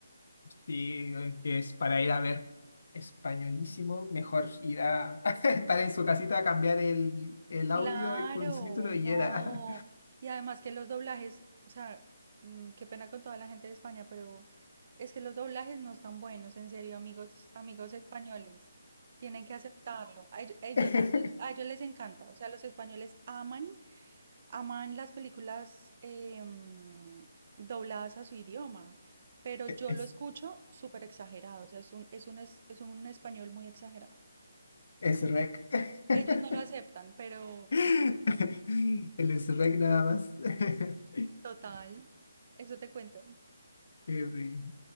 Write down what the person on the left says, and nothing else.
Sí, eh, que es para ir a ver españolísimo, mejor ir a <laughs> estar en su casita a cambiar el, el
audio y con subtítulo y
era.
<laughs>
Es,
es rec. <laughs>
<laughs> El
es rec nada más. <laughs> Qué
ri-